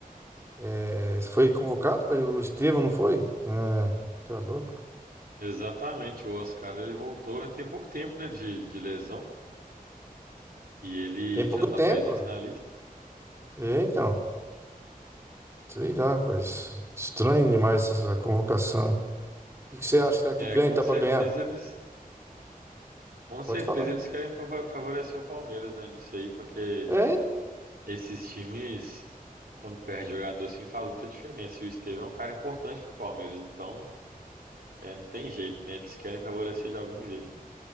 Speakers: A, on the right; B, on the right.
A: é, foi convocado para o Estevão, não foi? Ah, tá louco.
B: Exatamente, o Oscar, ele voltou tem pouco tempo, né, de, de lesão, e ele
A: Tem pouco
B: já está
A: tempo.
B: presente na lista.
A: É, então. Sei lá, rapaz. Estranho demais essa convocação. hein? O que que você acha? Será que
B: É,
A: ganha?
B: com
A: Tá
B: certeza
A: para ganhar?
B: eles, com
A: Pode
B: certeza
A: falar.
B: eles querem favo- favorecer o Palmeiras, né, nisso aí, porque
A: É,
B: esses times, quando perde jogador assim, faz muita diferença, e o Estevão é um cara importante pro Palmeiras, então, é, não tem jeito, né, eles querem favorecer de algum jeito.